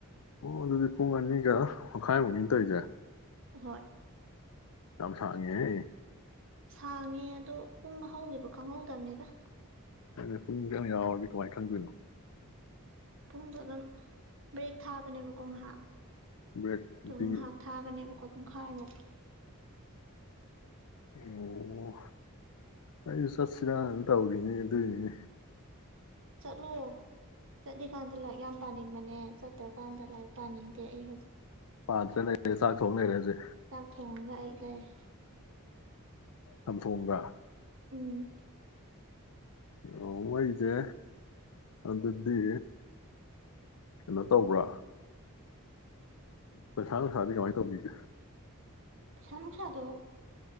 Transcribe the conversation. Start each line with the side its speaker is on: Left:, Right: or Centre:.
Left: ꯑꯣ ꯑꯗꯨꯗꯤ ꯄꯨꯡ ꯑꯅꯤꯒ ꯃꯈꯥꯏꯃꯨꯛꯅꯤ ꯇꯧꯔꯤꯁꯦ
Right: ꯍꯣꯏ
Left: ꯌꯥꯝ ꯁꯥꯡꯉꯦ
Right: ꯁꯥꯡꯉꯦ ꯑꯗꯣ ꯄꯨꯡꯅ ꯍꯧꯈꯤꯕ ꯈꯪꯍꯧꯗꯕꯅꯤꯗ
Left: ꯑꯗꯨ ꯄꯨꯡ ꯇꯪ ꯌꯥꯎꯔꯗꯤ ꯀꯃꯥꯏꯅ ꯈꯪꯗꯣꯏꯅꯣ
Right: ꯄꯨꯡꯗꯣ ꯑꯗꯨꯝ ꯕ꯭ꯔꯦꯛ ꯊꯥꯕꯅꯦꯕꯀꯣ ꯉꯥꯏꯍꯥꯛ
Left: ꯕ꯭ꯔꯦꯛ
Right: ꯑꯗꯨꯨꯡꯞ
Left: ꯄꯤꯌꯦ
Right: ꯊꯥꯒꯅꯦꯕꯀꯣ ꯄꯨꯡꯈꯥꯏꯃꯨꯛ
Left: ꯑꯣ ꯑꯩꯁꯨ ꯆꯠꯁꯤꯔꯅ ꯇꯧꯔꯤꯅꯦ ꯑꯗꯨꯏꯅꯦ
Right: ꯆꯠꯂꯣ ꯆꯠꯂꯤꯀꯥꯟꯗ ꯂꯥꯏꯔꯤꯛ ꯌꯥꯝ ꯄꯥꯅꯤꯡꯕꯅꯦ ꯆꯠꯇ꯭ꯔꯀꯥꯟꯗ ꯂꯥꯏꯔꯤꯛ ꯄꯥꯅꯤꯡꯗꯦ ꯑꯩ ꯍꯧꯖꯤꯛ
Left: ꯄꯥꯇ꯭ꯔ ꯅꯦ ꯆꯥꯛ ꯊꯣꯡꯔꯦꯁꯦ
Right: ꯆꯥꯛ ꯊꯣꯡꯉꯒ ꯑꯩ ꯂꯩꯔꯦ
Left: ꯑꯝ ꯐꯒ
Right: ꯎꯝ
Left: ꯑꯣ ꯃꯣꯏꯁꯦ ꯑꯗꯨꯗꯤ ꯀꯩꯅꯣ ꯇꯧꯕ꯭ꯔꯥ ꯄꯩꯁꯥ ꯅꯨꯡꯁꯥꯗꯤ ꯀꯃꯥꯏꯅ ꯇꯧꯕꯈꯤꯒꯦ
Right: ꯄꯁꯥ ꯅꯨꯡꯁꯥꯗꯣ